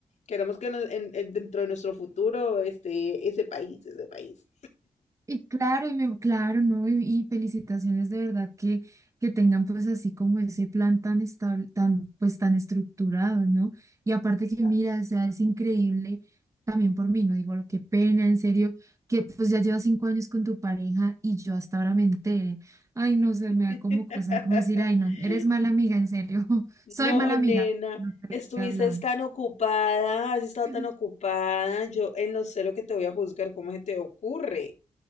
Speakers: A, on the left; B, on the right.
A: Queremos que nos- en- en- dentro de nuestro futuro esté ese país, ese país.
B: Y claro, y me- claro, ¿no? Y, y felicitaciones de verdad que, que tengan pues así como ese plan tan estable, tan, pues tan estructurado, ¿no? Y aparte que
A: Gracias.
B: mira, o sea, es increíble también por mí, ¿no? Digo, qué pena, en serio, que pues ya llevas cinco años con tu pareja y yo hasta ahora me entere. Ay, no sé,
A: <laughs>
B: me da como cosas como decir, ay, no, eres mala amiga, en serio, <laughs> soy
A: No,
B: mala
A: nena,
B: amiga. No te
A: estuviste
B: he hablado.
A: tan ocupada, has estado
B: <laughs>
A: tan ocupada. Yo en lo cero que te voy a juzgar, ¿cómo se te ocurre?